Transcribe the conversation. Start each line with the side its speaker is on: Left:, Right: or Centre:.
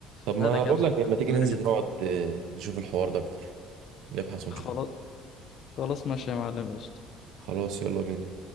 Right: طب ما
Left: لا ده كده
Right: بقول
Left: بصراحة
Right: لك لما تيجي
Left: جميلة
Right: ننزل
Left: جدا
Right: نقعد آه، نشوف الحوار ده اكتر نبحث ونشوف
Left: خلاص خلاص ماشي يا معلم قشطة
Right: خلاص يلا بينا